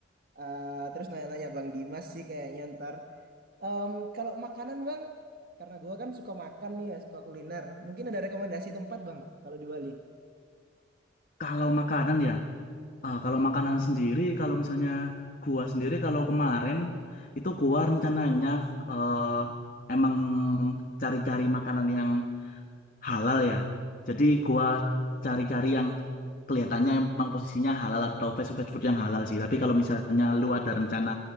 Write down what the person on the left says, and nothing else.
Kalau makanan ya, eh, kalau makanan sendiri, kalau misalnya gua sendiri kalau kemarin itu gua rencananya eh, emang cari-cari makanan yang halal ya. Jadi gua cari-cari yang kelihatannya emang posisinya halal atau fast food fast food yang halal sih. Tapi kalau misalnya lu ada rencana